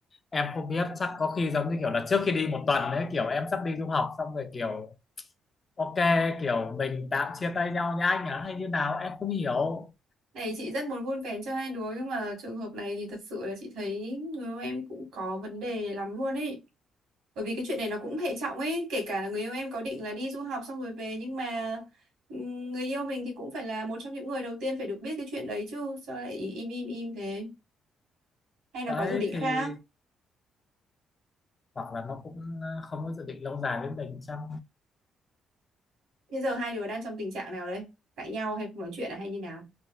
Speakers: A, on the left; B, on the right.
A: em không biết chắc có khi giống như kiểu là trước khi đi một tuần đấy kiểu em sắp đi du học xong rồi kiểu ok kiểu mình tạm chia tay nhau nha anh ạ hay như nào em không hiểu
B: Này chị rất muốn vun vén cho hai đứa nhưng mà trường hợp này thì thật sự là chị thấy người yêu em cũng có vấn đề lắm luôn ấy. Bởi vì cái chuyện này nó cũng hệ trọng ấy, kể cả là người yêu em có định là đi du học xong rồi về nhưng mà ừm, người yêu mình thì cũng phải là một trong những người đầu tiên phải được biết cái chuyện đấy chứ, sao lại im im im thế? Hay nó
A: đấy
B: có dự định khác?
A: thì hoặc là nó cũng không có dự định lâu dài với mình chăng
B: Thế giờ hai đứa đang trong tình trạng nào đấy? Cãi nhau hay không nói chuyện à hay như nào?